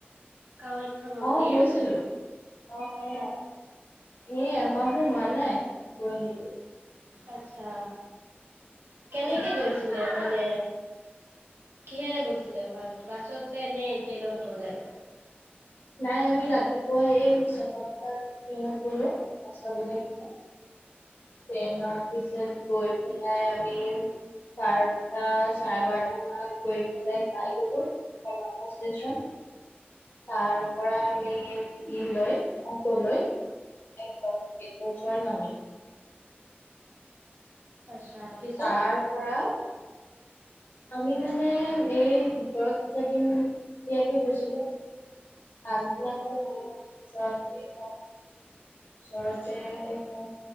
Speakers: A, on the right; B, on the left.
A: কামাখ্যা মন্দিৰ
B: অহ গৈছিলো অ অ এ এমাহো হোৱা নাই গৈ আহিলোঁ
A: আচছা কেনেকে গৈছিলে মানে কিহেৰে গৈছিলেবাছত নে নে ট্ৰেইনত গলে?
B: নাই আমি ৰাতিপুৱা এই ছটা বজাৰ ট্ৰেইনত গলো পাঁচটা বজাৰ ট্ৰেইনত ট্ৰেইনৰ
A: অ'
B: পিছত গৈ পেলাই আমি বাৰটা চাৰে বাৰটা মানত গৈ পেলাই পাই গলোা কামাখ্যা ষ্টেচন তাৰ পৰা আমি লৈ অটো লৈ একদম গেটৰ ওচৰত নামিলোঁ
A: আচ্ছা পিছত
B: তাৰ পৰা আমি মানে এই ভিতৰত পূজা দিম যেতিয়াকে গৈছিলো আগদিনাখন ললো পূজা তাৰপিছত ওচৰতে এখন